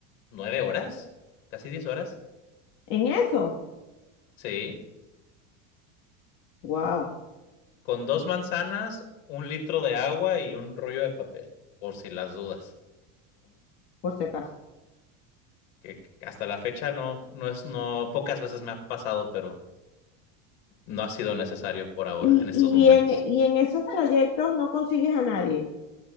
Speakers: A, on the left (about 85°); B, on the left (about 60°).
A: nueve horas, casi diez horas.
B: ¿En eso?
A: Sí,
B: Wow,
A: con dos manzanas, un litro de agua y un rollo de papel, por si las dudas.
B: por si acaso.
A: Que que hasta la fecha no, no es, no, pocas veces me ha pasado, pero no ha sido necesario por ahora,
B: ¿Y,
A: en estos
B: y
A: momentos.
B: en, y en esos trayectos no consigues a nadie?